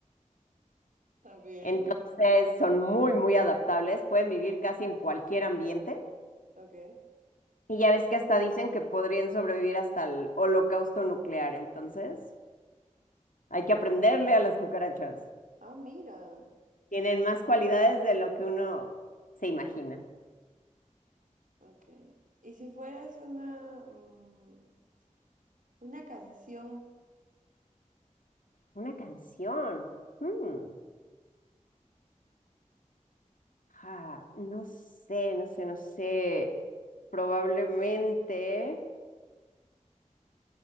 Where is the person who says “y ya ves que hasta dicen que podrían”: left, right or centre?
Left